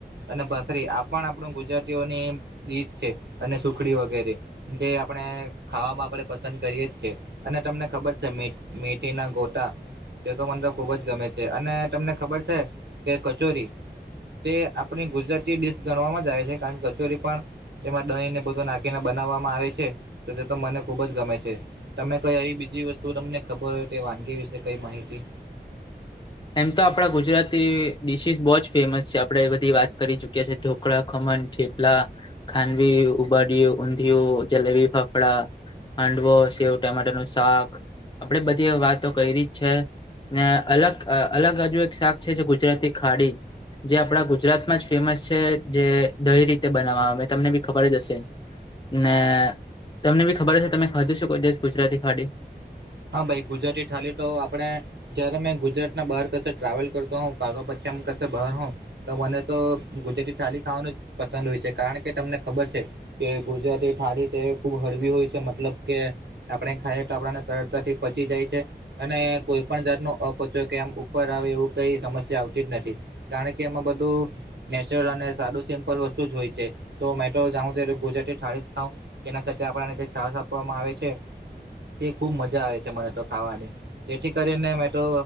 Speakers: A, on the right; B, on the left.
A: અને ભખરી આપ પણ આપણું ગુજરાતીઓની દડીશ છે અને સુખડી વગેરે. જે આપણે. ખાવામાં આપણે પસંદ કરીએ જ છીએ અને તમને ખબર છે મેથીના ગોટા. તે તો મને તો ખુબ જ ગમે છે અને તમને ખબર છે કે કચોરી. તે આપણી ગુજરાતી ડડીશ ગણવામાં આવે છે કારણ કચોરી પણ. તેમાં દહીને બધું નાખીને બનાવવામાં આવે છે તો તે તો મને ખુબ જ ગમે છે. તમે કઈ આવી બીજી વસ્તુ તમને ખબર હોય તે વાનગી વિશે કઈ માહિતી.
B: એમ તો આપણા ગુજરાતી ડીશિસ બહુ જ ફેમસ છે આપડે બધી વાત કરી ચુકીયા છે. કડા ખમણ ખેપલા ખાંડવી ઉબાડીય ઊંધિયું જલેબી ફાફડા. હાંડવો સેવ ટમેટર નું શાક. આપડે બધી વાતો કરી ર જ છે ને અલગ. અ અલગ હજુ એક શાક છે જે ગુજરાતી ખાડી. જે આપડા ગુજરાતમાં જ ફેમસ છે જે દહી રીતે બનાવા આવે મેં તમને બી ખબર જ હશે. ને તમને બી ખબર હશે તમે ખાધું શ કોઈ દિવસ ગુજરાતી ખાડી.
A: હા ભાઈ ગુજરાતી થઠાલી તો આપણે. જયારે મેં ગુજરાત ના બહાર કશે ટ્રાવેલ કરતો હો કા પછી આમ કશે બહાર હોઉ. તો મને તો ગુજરાતી થાલી ખાવાનું જ પસંદ હોય છે કારણ કે તમને ખબર છે. કે ગુજરાતી થાળી તે ખુબ હળવી હોય છે મતલબ કે આપણે ખાઈ તો આપણાને તર. થી પચી જાય છે. અને કોઈ પણ જાત ન અપચો કે આમ ઉપર આવે એવું કઈ સમસ્યા આવતી જ નથી. કારણ કે એમાં બધું. નેચરલ અને સારું સિમ્પલ વસ્તુ જ હોય છે તો મે તો જાઉ ગુજરાતી થાળી જ ખઉ. એના સાથે આપણાને જે છશ આપવામાં આવે છે તે ખુબ મજા આવે છે મને તો ખાવાની. જેથી કરીને મેં તો